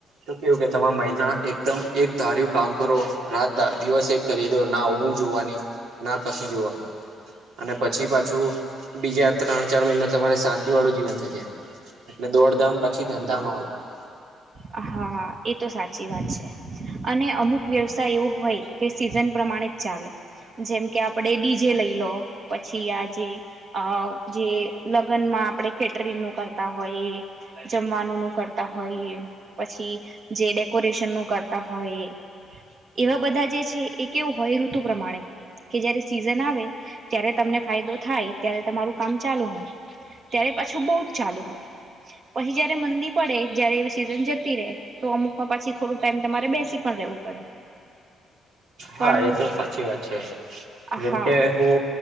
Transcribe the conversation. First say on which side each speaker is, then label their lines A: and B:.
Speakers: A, on the right; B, on the right.
A: તો કેવું કે મહિના એકમ એક ધાર્યું કામ કરો રાત દિવસ એક કરી દો ના હું જોવાની ના કશું જોવાનું અને પછી પાછું બીજા ત્રણ ચાર મહિના તમારે શાંતિ વાળું જીવન થઈ જાય. એટલે દોડ ધામણ પછી ધંધામાં વધારો
B: હા એ તો સાચી વાત છે અને અમુક વ્યવસાય એવો હોય કે સીઝન પ્રમાણે જ ચાલે જેમ કે આપડે ડીજે લઈ લો પછી આજેઅ જે લગ્નમાં આપણે કેટરિંગ નું કરતા હોઈએ જમવાનું નું કરતા હોઈએ પછી જે ડેકોરેશન નું કરતા હોય. એવા બધા જે છે એ કેવું હોય ઋતુ પ્રમાણે હોય કે જયારે સિઝન આવે ત્યારે તમને ફાયદો થાય ત્યારે તમારું કામ ચાલુ હોય ત્યારે પાછું બહુ જ ચાલુ હોય પછી જયારે મંદી પડે જય્યારે એ સીઝન જ જતી તો અમુકમાં પછી થોડું ટાઈમ તમારે બેસી પણ રહેવું પડે
A: હા
B: પણ
A: એ તો સાચી વાત છે જેમ
B: હા
A: કે હું